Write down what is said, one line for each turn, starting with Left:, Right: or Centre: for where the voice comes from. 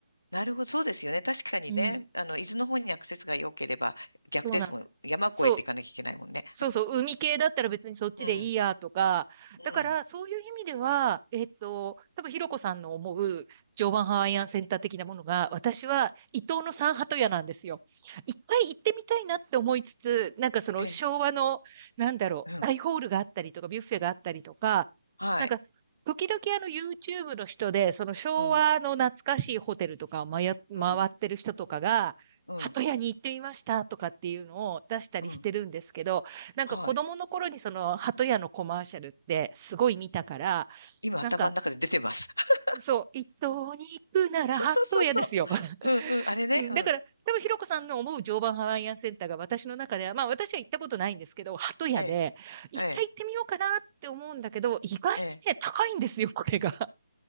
Left: なるほど。そうですよね。確かにね、
Right: うん。
Left: あの、伊豆の方にアクセスが良ければ逆ですもん。
Right: そうなんです。
Left: 山越えていかなきゃいけないもんね。
Right: そうそうそう、海系だったら別にそっちでいいやとか、
Left: うん。うん。
Right: だからそういう意味では、えっと、多分ひろこさんの思う常磐ハワイアンセンター的なものが、私は伊東の三鳩屋なんですよ。一回行ってみたいなって思いつつ、なんかその昭和の、
Left: ええ、
Right: なんだろう、
Left: うん。
Right: 大ホールがあったりとか、ビュッフェがあったりとか、
Left: はい。
Right: なんか、時々あの YouTube の人で、その昭和の懐かしいホテルとかをまや回ってる人とかが、
Left: うん。うん。うん。
Right: 鳩屋に行ってみましたとかっていうのを出したりしてるんですけど、
Left: うん。
Right: なんか子供の頃にその鳩屋のコマーシャルってすごい見たから、
Left: はい。今頭の中で出てます。
Right: なんか、
Left: <laughs>
Right: そう、一等に行くなら鳩屋ですよ。
Left: そうそうそうそう。
Right: <laughs>
Left: うんうん、あれね。
Right: うんだから、
Left: うん。
Right: 多分ひろこさんの思う常磐ハワイアンセンターが私の中では、まあ私は行ったことないんですけど、鳩屋で、
Left: ええ、
Right: 一回行ってみようかなって思うんだけど、
Left: ええ、
Right: 意外にね、
Left: ええ。
Right: 高いんですよ、<laughs> これが。